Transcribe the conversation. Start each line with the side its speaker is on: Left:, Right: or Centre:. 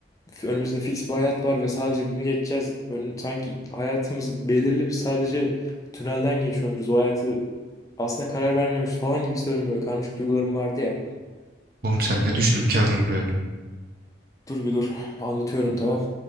Left: f- önümüzde fix bir hayat var ve sadece bunu geçeceğiz. Ön, sanki hayatımız belirli bir sadece tünelden geçiyormuşuz. O hayatı aslında karar vermiyormuşuz falan gibi hissediyorum böyle karmaşık duygularım vardı ya.
Right: Oğlum sen ne düşünüp geldin buraya?
Left: Dur bir dur anlatıyorum tamam